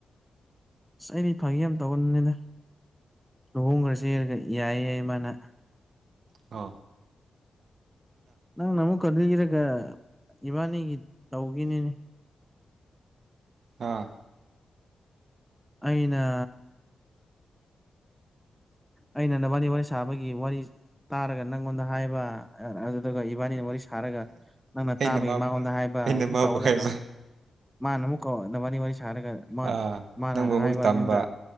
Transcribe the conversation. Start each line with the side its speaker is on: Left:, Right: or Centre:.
Centre: ꯑꯁ ꯑꯩꯗꯤ ꯐꯪꯉꯦ ꯌꯥꯝ ꯇꯧꯒꯟꯅꯤꯅ ꯂꯨꯍꯣꯡꯈ꯭ꯔ ꯆꯦꯔꯒ ꯌꯥꯏꯌꯦ ꯃꯥꯅ
Right: ꯑ
Centre: ꯅꯪꯅ ꯑꯃꯨꯛꯀ ꯂꯤꯔꯒ ꯏꯕꯥꯅꯤꯒꯤ ꯇꯧꯈꯤꯅꯤꯅꯦ
Right: ꯍꯥꯥ
Centre: ꯑꯏꯩꯅ ꯑꯩꯅ ꯅ ꯋꯥꯔꯤꯅꯤ ꯋꯥꯔꯤ ꯁꯥꯕꯒꯤ ꯋꯥꯔꯤ ꯇꯥꯔꯒ ꯅꯪꯉꯣꯟꯗ ꯍꯥꯏꯕ ꯑꯗꯨꯗꯨꯒ ꯏꯕꯥꯅꯤꯅ ꯋꯥꯔꯤ ꯊꯥꯔꯒ ꯅꯪꯅ
Right: ꯑꯩꯅ
Centre: ꯇꯥꯕꯒꯤ
Right: ꯃꯥ
Centre: ꯃꯉꯣꯟꯗ ꯍꯥꯏꯕ
Right: ꯑꯩꯅ
Centre: ꯑꯗꯨꯝ
Right: ꯃꯥꯕꯨ
Centre: ꯇꯧꯔ
Right: ꯍꯥꯏꯕ
Centre: ꯂꯩꯔꯣ ꯃꯥꯅ ꯑꯃꯨꯛ ꯀꯅ ꯋꯥꯔꯤ ꯋꯥꯔꯤ ꯁꯥꯔꯒ
Right: ꯑꯥ
Centre: ꯃꯥꯅ
Right: ꯅꯪꯕꯨ ꯑꯃꯨꯛ
Centre: ꯍꯥꯏꯕ
Right: ꯇꯝꯕ
Centre: ꯑꯩꯉꯣꯟꯗ